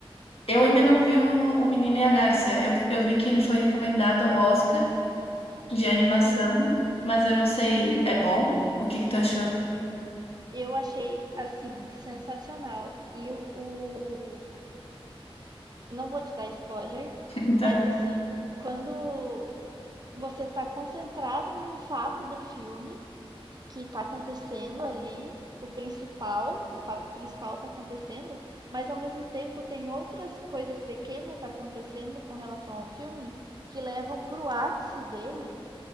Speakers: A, on the left; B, on the right.
A: Eu ainda não vi o, o Menino e a Garça. Eu, eu vi que ele foi recomendado ao Oscar de animação,
B: Sim,
A: mas eu não sei. É bom? O que que tu achou?
B: eu achei, assim, sensacional. E o. o- Não vou te dar spoiler,
A: <laughs>
B: mas
A: Tá.
B: assim, quando você tá concentrado num fato do filme que tá acontecendo ali, o principal, o fato principal tá acontecendo, mas ao mesmo tempo tem outras coisas pequenas acontecendo com relação ao filme que levam pro ápice dele,